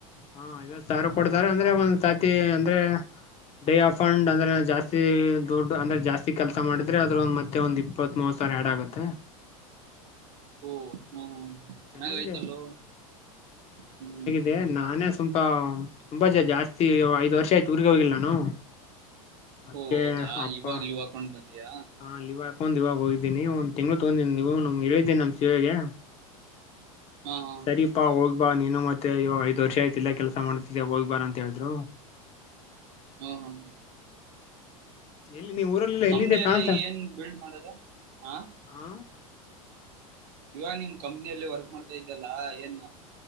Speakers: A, on the left; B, on the right.
A: ಹಾ ಇವತ್ತರು ಕೊಡ್ತಾರೆ ಅಂದ್ರೆ ಒಂದ್ಸತಿ ಅಂದ್ರೆ ಡೇ ಆಫಂಡ್ ಅಂದ್ರೆ ಜಾಸ್ತಿ ದೊಡ್ ಅಂದ್ರೆ ಜಾಸ್ತಿ ಕೆಲಸ ಮಾಡಿದ್ರೆ ಅದ್ರ ಒಂದು ಮತ್ತೆ ಒಂದ ಇಪ್ಪತ್ವಮೂವತ್ತು ಸರ್ ಎರಡ ಆಗುತ್ತೆ
B: ಓ ಹ್ಮ ಚೆನ್ನಾಗಿಯತಲ್ಲ
A: ಚೆನ್ನಾಗಿದೆ
B: ಹ್ಮ್
A: ದೆ ನಾನೇ ಸ್ವಲ್ಪ ತುಂಬಾ ಜ ಜಾಸ್ತಿ ಐದ್ ವರ್ಷ ಆಯ್ತು ಊರ್ರಿಗೆ ಹೋಗಿಲ್ಲ ನಾನು ಅದಕ್ಕೆ
B: ಓ ಹೌದಾ
A: ಅಪ್ಪ
B: ಇವಾಗ ಇ ಅಕೌಂಟ್ ತಂದಿಯಾ
A: ಹಾ ಲೀವ್ ಹಾಕೊಂಡ್ ಇವಾಗ ಹೋಗಿದ್ದಿನಿ ಒಂದ್ ತಿಂಗಳು ತಗೊಿನಿ ಲೀವ್ ಹೇಳಿದ್ದೀಿನಿ ನಮ್ ಸಿಇಓಗೆ
B: ಹಾ ಹಾ
A: ಸರಿಪಾ ಹೋಗೋಗ್ಪಾ ನೀನು ಮ ಮತ್ತೆವಾಗ ಐದು ವರ್ಷ ಆಯ್ತಿ ಕೆಲಸ ಮಾಡ್ತಿದ್ದ ಹೋಗ್ ಬಾರ ಅಂತ ಹೇಳಿದ್ರು
B: ಹಾ ಹಾ
A: ಎಲ್ಲಿ ನೀ ಊರಲ್ಲಿಇಲ್ಲ
B: ಕಂಪ್ನಿಯಲ್ಲಿ
A: ಎಲ್ಲಿದ್ದ ಕಾಣ
B: ಏನ್ ಬಿಲ್ಡ್ ಮಾಡೋದು ಆ
A: ಹಾ
B: ಇವಾಗ ನಿನ್ ಕಂಪ್ನಿಯಲ್ಲಿ ವರ್ಕ್ ಮಾಡ್ತಾ ಇದ್ದಲ್ಲಾ ಏನ್